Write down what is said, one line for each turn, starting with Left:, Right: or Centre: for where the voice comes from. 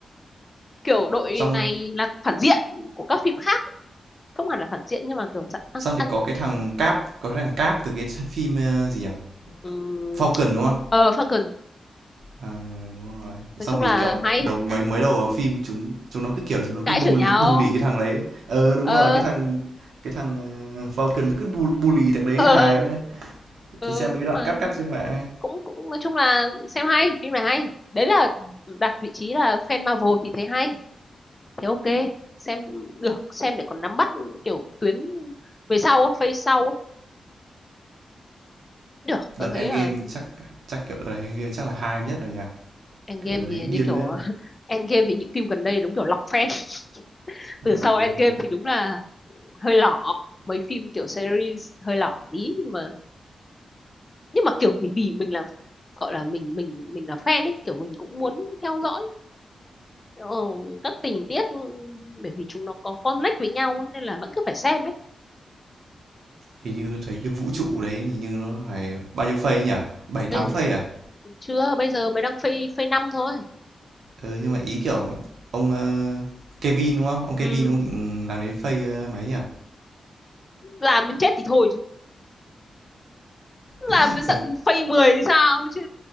Left: kiểu đội
Right: xong
Left: này là phản diện của các phim khác không hẳn là phản diện nhưng mà kiểu dạng ăn
Right: xong
Left: ăn
Right: thì có cái thằng cáp có cái thằng cáp từ cái phim ờ, gì nhỉ
Left: um,
Right: Falcon đúng không
Left: ờ Falcon
Right: À, đúng rồi. Xong
Left: nói chung
Right: thì,
Left: là
Right: kiểu,
Left: hay
Right: đầu mới mới đầu vào phim chúng chúng nó cứ, kiểu, chúng nó
Left: cãi
Right: cứ bully
Left: chửi nhau
Right: bully cái thằng đấy. Ờ, đúng
Left: ờ
Right: rồi, cái thằng cái thằng, ờ, Falcon nó cứ bu bully thằng đấy
Left: ờ
Right: hài vậy.
Left: ừ,
Right: tôi xem mấy
Left: nhưng
Right: cái đoạn
Left: mà
Right: cắt cắt trên mạng ấy.
Left: cũng cũng nói chung là xem hay phim này hay đấy là đặt vị trí là fan Marvel thì thấy hay thế ok xem được xem để còn nắm bắt kiểu tuyến về sau á, phase sau á. được tớ
Right: Đợt
Left: thấy
Right: Endgame
Left: là
Right: chắc chắc, kiểu, đợt này Endgame chắc là hai nhất rồi nhỉ?
Left: Endgame
Right: Kiểu, đợt đấy
Left: thì
Right: điên
Left: như kiểu
Right: đấy.
Left: <laughs> Endgame thì những phim gần đây đúng kiểu lọc fan <laughs>
Right: Ừm,
Left: từ sau
Right: đúng
Left: Endgame
Right: rồi.
Left: thì đúng là hơi lỏ mấy phim kiểu series hơi lỏ tí nhưng mà nhưng mà kiểu bởi vì mình là gọi là mình mình mình là fan ấy kiểu mình cũng muốn theo dõi ờ, các tình tiết ừ, bởi vì chúng nó có connect với nhau ấy, nên là vẫn cứ phải xem ấy
Right: Hình như thấy cái vũ trụ đấy hình như nó phải bao nhiêu phase nhỉ? bảy 8
Left: bây giờ,
Right: phase à?
Left: chưa bây giờ mới đang phây phây năm thôi
Right: Ừ, nhưng mà ý, kiểu, ông, ờ, Kevin, đúng không? Ông Kevin
Left: ừ.
Right: ông định làm đến phase, ơ, mấy nhỉ?
Left: làm đến chết thì thôi chứ. làm
Right: <laughs>
Left: đến
Right: Xong
Left: tận phây 10 thì sao chứ